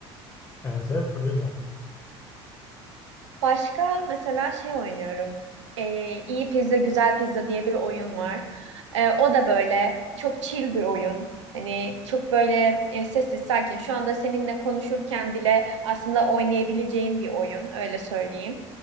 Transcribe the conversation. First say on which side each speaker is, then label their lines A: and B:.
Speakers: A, on the left (about 20°); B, on the right (about 85°).
A: Evet evet öyle zaten.
B: Başka mesela şey oynuyorum. Ee, İyi Pizza Güzel Pizza diye bir oyun var. Ee, o da böyle çok chill bir oyun. Hani çok böyle e, sessiz sakin. Şu anda seninle konuşurken bile aslında oynayabileceğim bir oyun öyle söyleyeyim.